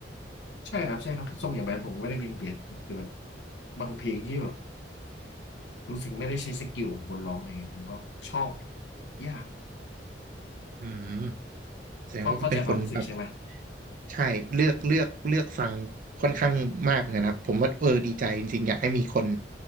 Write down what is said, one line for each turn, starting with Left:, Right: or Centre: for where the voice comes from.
Left: ใช่ครับใช่ครับทรงอย่างแบดผมไม่ได้ยินเปลี่ยนคือแบบบางเพลงที่แบบรู้สึกไม่ได้ใช้สกิลของคนร้องเลยผมก็ชอบยาก
Right: อืมแสดงว่าก็เป็นคนแบบ
Left: ก็เข้าใจความรู้สึกใช่ไหม
Right: ใช่เลือกเลือกเลือกฟังค่อนข้างมากเหมือนกันครับผมว่าเออดีใจจริงๆอยากให้มีคน